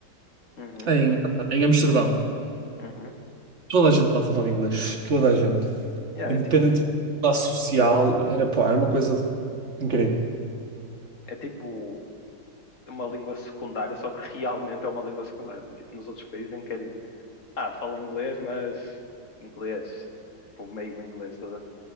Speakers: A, on the left; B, on the right.
A: Uhum,
B: em, em Amsterdão.
A: uhum.
B: Toda a gente lá falava inglês, toda a gente.
A: Yeah,
B: Independente
A: é tipo,
B: da classe social, era, pá, era uma coisa incrível.
A: é tipo uma língua secundária, só que realmente é uma língua secundária, né? Tipo nos outros países em que é tipo, ah, falo inglês, mas inglês, tipo meio inglês, toda.